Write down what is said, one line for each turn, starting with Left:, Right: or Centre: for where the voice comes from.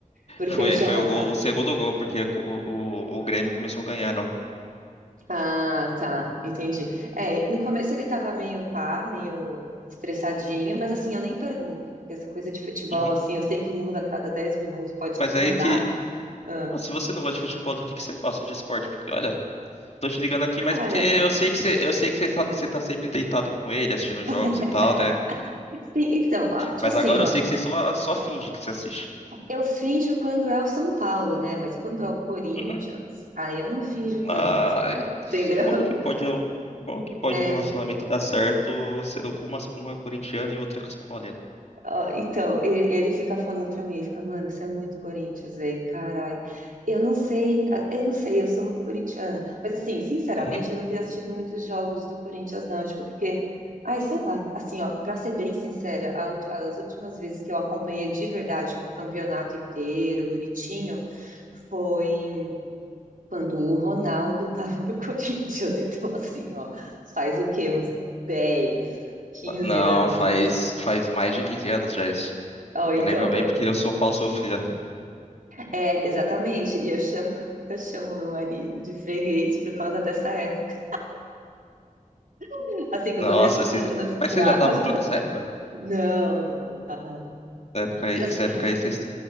Right: porque
Left: foi,
Right: eu já,
Left: foi o, gol- o segundo gol, porque o, o, o Grêmio começou ganhando.
Right: Ah, tá, entendi. É, no começo ele tava meio pá, meio estressadinho, mas assim, eu nem pergunto, porque essa coisa de futebol,
Left: Uhum.
Right: assim, eu sei que muda a cada 10 minutos, pode
Left: Mas
Right: tudo
Left: é
Right: mudar.
Left: aí que.
Right: Ah,
Left: Se você não gosta de futebol, do que, que você gosta de esporte? Porque, olha, Tô te ligando aqui,
Right: cara,
Left: mas porque eu sei que você, eu sei que você tá, você tá sempre deitado com ele, assistindo
Right: <laughs>
Left: jogos e tal, né?
Right: sim, então, ó, tipo
Left: Mas
Right: assim,
Left: agora
Right: ó,
Left: eu sei que você só, só finge que você assiste.
Right: eu finjo quando é o São Paulo, né? Mas quando é o Corinthians,
Left: Uhum.
Right: aí eu não finjo tanto,
Left: Ai,
Right: entendeu?
Left: como que pode, um- como que pode
Right: <laughs>
Left: um relacionamento dar certo sendo com uma, uma é corintiana e outra é São Paulina?
Right: Ó, Então, ele, ele fica falando pra mim, ele fica, mano, você é muito Corinthians, velho, caralho. Eu não sei, a- eu não sei, eu sou muito corintiana. Mas assim, sinceramente,
Left: Uhum.
Right: eu não tenho assistido muitos jogos do Corinthians, não. Tipo, porque, ai, sei lá, assim, ó, pra ser bem sincera, a ulti- as últimas vezes que eu acompanhei de verdade, tipo, o campeonato inteiro, bonitinho, foi quando o Ronaldo tava no <laughs> Corinthians. Então, assim, ó, faz o quê? Uns dez, quinze
Left: Não,
Right: anos
Left: faz,
Right: isso?
Left: faz mais de 15 anos já isso.
Right: Ó, então,
Left: Eu lembro bem porque eu sou Paulo Sofrida.
Right: É, exatamente. E eu chamo, <laughs> eu chamo meu marido de freguês por causa dessa época. <laughs> Assim, com
Left: Nossa,
Right: todo respeito,
Left: vocês,
Right: não fique
Left: mas
Right: brava.
Left: vocês já estavam
Right: <laughs>
Left: juntos nessa época?
Right: Não, não, não tava não.
Left: Essa época aí,
Right: Mas
Left: essa
Right: assim,
Left: época aí vocês,